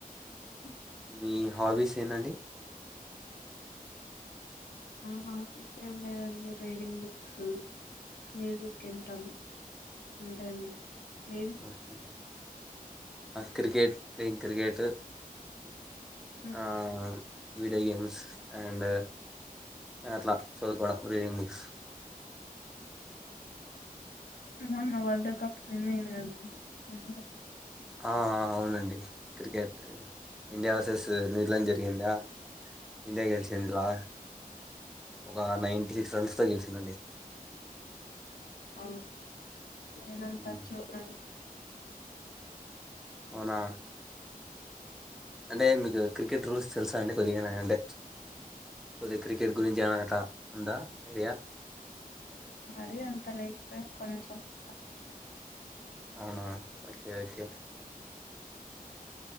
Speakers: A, on the left; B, in the centre.
A: అ
B: మీ హాబీస్ ఎందండి
A: హాబిస్ ఏం లేదండి రీడింగ్ బుక్స్ మ్యూజిక్ ఇంటమ్ అంటే అండి మీది
B: ఓకే క్రికెట్ ప్లయింగ్ క్రికెట్
A: ఉమ్.
B: ఆ వీడియో గేమ్స్ అండ్ అట్లా చదువుకోవడం రీడింగ్ బుక్స్
A: అ ఉ వాల్ద పన్నయిన కతు
B: అవునండి క్రికెట్ ఇండియా వర్సెస్ న్యూజిలాండ్ జరిగిందా ఇండియా గెలిచింది ఇలా ఒక నైన్ంట సిక్స్ రన్స్తో గెలిచందండి
A: ఆ ఏనంతచ
B: ఉమ్.
A: న
B: అవునా అంటే మీకు క్రికెట్ రూల్స్ తెలుసా అంటే కొద్దిగానా అంటే కొద్దిగా క్రికెట్ గురించి ఏనా అట ఉందా ఐడియా
A: మరి అంత లేకపోయి కొంచెం అలా ఉ
B: అనా ఓకే ఓకే